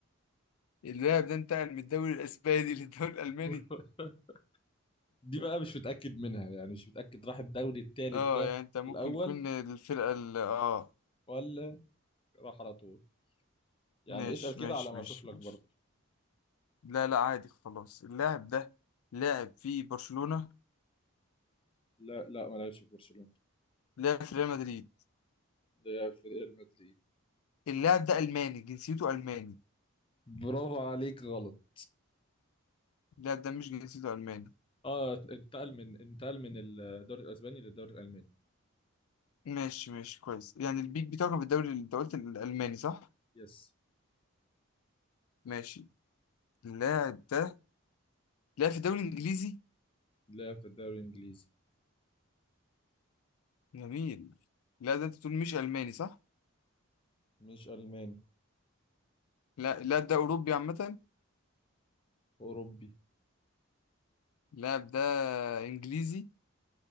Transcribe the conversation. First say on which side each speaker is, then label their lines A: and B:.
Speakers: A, on the left; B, on the left.
A: اللاعب ده انتقل من الدوري الاسباني <laughs> للدوري الالماني
B: <laughs> دي بقى مش متأكد منها يعني مش متأكد راح الدوري التالت
A: اه
B: ده
A: يعني انت ممكن
B: الأول
A: يكون الفرقة ال اه
B: ولا راح على طول يعني
A: ماشي
B: اسأل كده
A: ماشي
B: على ما
A: ماشي
B: أشوف لك
A: ماشي
B: برضه
A: لا لا عادي خلاص اللاعب ده لاعب في برشلونة
B: لا لا ما لعبش في برشلونة
A: لاعب في ريال مدريد
B: ده في ريال مدريد
A: اللاعب ده ألماني جنسيته ألماني
B: برافو عليك غلط
A: اللاعب ده مش جنسيته ألماني
B: اه انتقل من انتقل من الدوري الأسباني للدوري الألماني
A: ماشي ماشي كويس يعني البيك بتاعه كان في الدوري اللي انت قلت الألماني صح؟
B: يس
A: ماشي اللاعب ده لاعب في الدوري الإنجليزي
B: لعب في الدوري الإنجليزي
A: جميل اللاعب ده انت بتقول مش ألماني صح؟
B: مش ألماني
A: لا اللاعب ده أوروبي عامة
B: أوروبي
A: اللاعب ده انجليزي